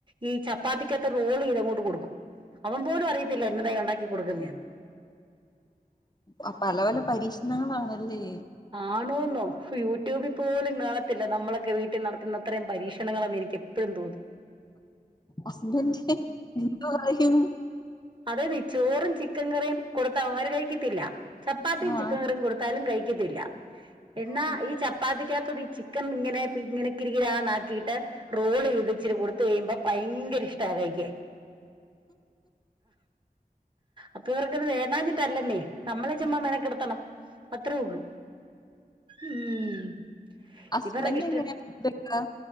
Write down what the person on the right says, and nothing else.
ഈ ചപ്പാത്തിക്കത്ത റോൾ ഇതങ്ങോട്ട് കൊടുക്കും അവൻ പോലും അറിയത്തില്ല എന്നതായി ഉണ്ടാക്കി കൊടുക്കുന്നതന്ന്
ആണോെന്നോ യൂട്യൂബിൽ പോലുംങ്ങ പല്ല നമ്മളൊക്കെ വീട്ടിൽ നടത്തുന്ന അത്രയും പരീക്ഷണങ്ങളൊന്ന എനിക്ക് എപ്പോഴും തോന്നും
അതെ നീ ചോറും ചിക്കൻ കറിയും കൊടുത്ത അവര് കഴിക്കത്തില്ല ചപ്പാത്തിയും
ചിക്കൻ കറിയും കൊടുത്ത ത്താലും കഴിക്കത്തില്ല എന്നാ
ഈ ചപ് പ്പാധിക്കാത്തോട്ട ഈ ചിക്കൻ ഇങ്ങനെ ഇങ്ങനെ കി കിരാന്ന ആക്കിയിട്ട് റോള് ചെയ്ത് ഇച്ചിരി കൊടുത്ത് കഴിയുമ്പോ ഭയങ്കര ഇഷ്ട കഴിക്കാൻ അപ്പൊ ഇവർക്കത് വേണ്ടാഞ്ഞിട്ടല്ലന്നേ നമ്മളെ ചുമ്മാ മെനക്കെട്ത്തണം അത്രേ ഉള്ളൂ ഉം
ഇവര്ടെ ഒക്കെ ഇഷ്റ്റ്